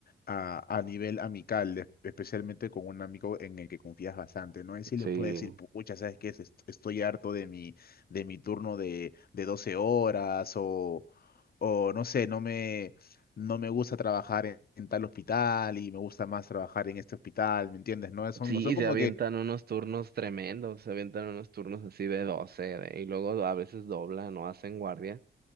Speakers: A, on the left; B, on the right.
A: a, a nivel amical, es- especialmente con un amigo en el que confías bastante, ¿no? Y si
B: Sí,
A: le puedes decir, pucha, ¿sabes qué? Est- Estoy harto de mi, de mi turno de, de 12 horas o, o no sé, no me, no me gusta trabajar en, en tal hospital y me gusta más trabajar en este hospital, ¿me entiendes? ¿No? Son,
B: sí,
A: son como
B: se avientan
A: que...
B: unos turnos tremendos, se avientan unos turnos así de 12 de- y luego a veces doblan o hacen guardia.